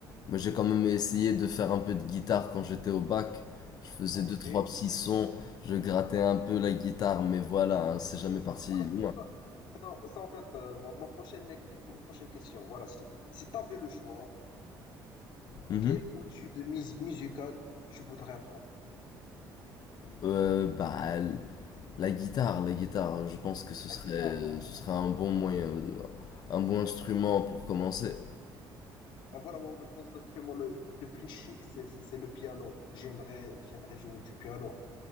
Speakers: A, on the left; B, on the left.
A: Moi, j'ai quand même essayé de faire un peu de guitare quand j'étais au bac. Je faisais
B: Ok.
A: deux, trois petits sons, je grattais un peu la guitare, mais voilà, hein, c'est jamais parti
B: Voilà,
A: loin.
B: c'était ça. C'était en- ça, en fait, euh, ma, ma prochaine, ma prochaine question. Voilà, si, si tu avais le choix,
A: Mhm.
B: quel outil de mus- musical tu voudrais apprendre?
A: Euh, bah, l- la guitare, la guitare, hein, je pense que ce
B: La
A: serait,
B: guitare,
A: ce serait un bon moyen, euh, un bon instrument pour commencer.
B: Ah, voilà, moi, je pense que l'instrument le, le plus chic, c'est c'est- c'est le piano. J'aimerais, j'aimerais jouer du piano.